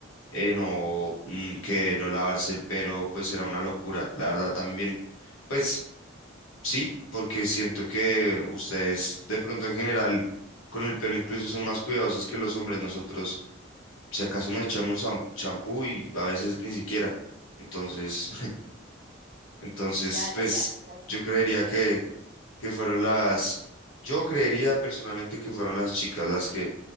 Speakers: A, on the left (about 75°); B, on the right (about 35°).
A: eh, no, mm, que no lavarse el pelo, pues era una locura. La verdad también, pues sí, porque siento que ustedes de pronto en general con el pelo incluso son más cuidadosos que los hombres. Nosotros, si acaso nos echamos cham- champú y a veces ni siquiera. Entonces, Entonces,
B: Claro,
A: pues
B: claro, tal
A: yo
B: cual.
A: creería
B: <laughs>
A: que, que fueron las, yo creería personalmente que fueron las chicas las que,